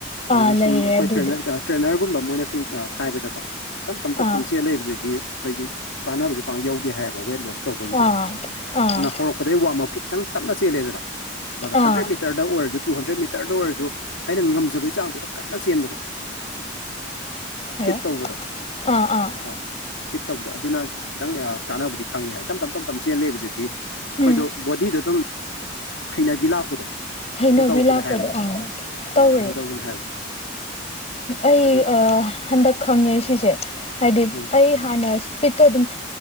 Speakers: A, on the left (about 30°); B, on the left (about 80°).
A: ꯑꯥ
B: ꯑꯗꯨꯅ
A: ꯂꯩꯔꯦ
B: ꯁꯨꯝ ꯑꯩꯈꯣꯏ
A: ꯑꯗꯨꯗꯤ
B: ꯇ꯭ꯔꯦꯅꯔ ꯇ꯭ꯔꯦꯅꯔꯒꯨꯝꯕ ꯃꯣꯏꯅ ꯁꯨꯝ ꯍꯥꯏꯕꯗꯀꯣ ꯇꯞ ꯇꯞ ꯇꯞ
A: ꯑꯥ
B: ꯇꯞ ꯆꯦꯜ ꯂꯩꯕꯁꯤꯗꯤ ꯑꯩꯈꯣꯏꯒꯤ ꯀꯥꯟꯅꯕꯁꯦ ꯄ ꯌꯧꯗꯦ ꯍꯥꯏꯌꯦꯕ ꯋꯦꯠ ꯂꯣꯁ ꯇꯧꯕꯒꯤꯁꯦ
A: ꯑꯥ ꯑꯥ
B: ꯑꯗꯨꯅ ꯍꯧꯔꯛꯄ ꯑꯗꯩ ꯋꯥꯔꯝ ꯑꯞꯀꯤ ꯈꯤꯇꯪ ꯇꯞꯅ ꯆꯦꯜꯂꯦꯗꯅ ꯑꯗꯨꯒ
A: ꯑꯥ
B: ꯍꯟꯗ꯭ꯔꯦꯗ ꯃꯤꯇꯔꯗ ꯑꯣꯏꯔꯁꯨ ꯇꯨ ꯍꯟꯗ꯭ꯔꯦꯗ ꯃꯤꯇꯔꯗ ꯑꯣꯏꯔꯁꯨ ꯑꯩꯅ ꯉꯝꯖꯕꯩ ꯆꯥꯡꯗꯨꯗ ꯀꯟꯅ ꯆꯦꯟꯕꯗꯣ
A: ꯍꯜꯂꯣ
B: ꯐꯤꯠ ꯇꯧꯕꯗꯣ
A: ꯑꯥ ꯑꯥ
B: ꯑ ꯐꯤꯠ ꯇꯧꯕꯗꯣ ꯑꯗꯨꯅ ꯈꯤꯇꯪ ꯀꯥꯟꯅꯕꯗꯤ ꯐꯪꯉꯦ ꯍꯥꯏ ꯇꯝ ꯇꯞ ꯇꯞ ꯇꯞ ꯆꯦꯜꯂꯦꯕꯁꯤꯗꯤ ꯑꯩ
A: ꯎꯝ
B: ꯍꯣꯏꯗꯣ ꯕꯣꯗꯤꯗꯣ ꯑꯗꯨꯝ ꯍꯩꯅꯕꯤ ꯂꯥꯛꯄꯗꯣ
A: ꯍꯩꯅꯕꯤ
B: ꯑꯗꯨ ꯇꯧꯕꯅꯦ
A: ꯂꯥꯛꯄꯗꯣ
B: ꯍꯥꯏꯕꯅꯦ
A: ꯑꯥ ꯇꯧꯋꯦ
B: ꯑꯥ ꯑꯗꯨ ꯇꯧꯕꯅꯦ ꯍꯥꯏꯕ
A: ꯑꯩ
B: ꯑꯗꯨꯅ
A: ꯍꯟꯗꯛ ꯈꯪꯉꯦ ꯁꯤꯁꯦ ꯍꯥꯏꯗꯤ
B: ꯎꯝ
A: ꯑꯩ ꯍꯥꯟꯅ ꯏꯁꯄꯤꯠꯇꯣ ꯑꯗꯨꯝ